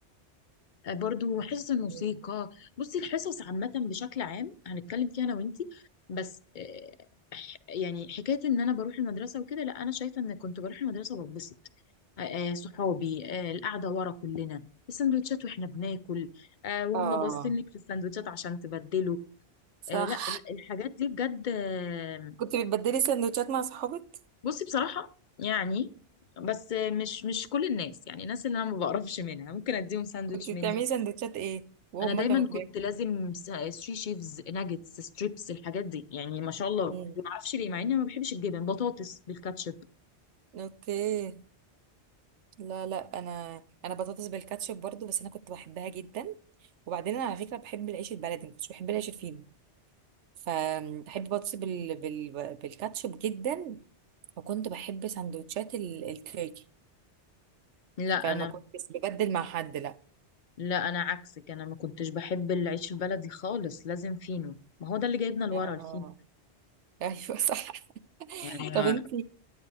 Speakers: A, on the left; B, on the right.
A: آه، برضو حصص الموسيقى
B: مم.
A: بصي الحصص عامة بشكل عام هنتكلم فيها أنا وإنتي بس آه، ح- يعني حكاية إن أنا بروح المدرسة وكده لا أنا شايفة إن كنت بروح المدرسة بتبسط آه، آه، صحابي آه، القعدة ورا كلنا السندوتشات وإحنا بناكل آه، وهم
B: اه
A: باصين لك في السندوتشات عشان تبدله
B: صح
A: آه، لا ال- الحاجات دي بجد آه،
B: كنت بتبدلي سندوتشات مع صحابك
A: بصي بصراحة يعني بس آه، مش مش كل الناس يعني الناس اللي أنا ما بقرفش منها ممكن أديهم ساندوتش
B: كنت بتعملي
A: مني
B: سندوتشات ايه وهم
A: انا دايما
B: كانوا
A: كنت
B: بيعملوا
A: لازم سري شيفز ناجتس ستريبس الحاجات دي يعني ما شاء الله
B: مم.
A: ما اعرفش ليه مع اني ما بحبش الجبن بطاطس بالكاتشب
B: اوكي لا لا انا انا بطاطس بالكاتشب برضو بس انا كنت بحبها جدا وبعدين انا على فكره بحب العيش البلدي ما كنتش بحب العيش الفينو فبحب بطاطس بال... بال... بالكاتشب جدا وكنت بحب سندوتشات ال... التركي
A: لا
B: فما
A: انا
B: كنتش ببدل مع حد لا
A: لا انا عكسك انا ما كنتش بحب العيش البلدي خالص لازم فينو ما هو ده اللي جايبنا لورا
B: اه
A: الفينو
B: ايوه صح <laughs>
A: يعني أكيد.
B: طب انت